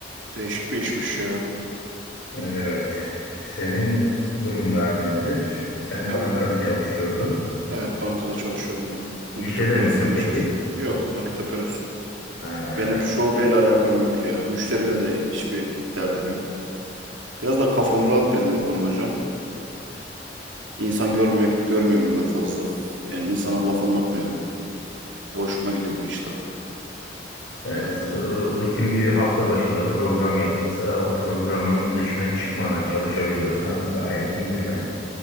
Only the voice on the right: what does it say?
Değişik bir işmiş ya.
Ben
evet bankada çalışıyorum ben. Nakit
operasyonda
çalışıyorum. Yok nakit operasyon.
Benim şubeyle alakam yok ya. Müşteriyle de hiçbir derdim yok. Biraz da kafam rahat benim bu konuda İnsan görmüyor, görmüyorum ben fazla. Yani insana laf anlatmıyorum. O hoşuma gidiyor bu işte. Ee,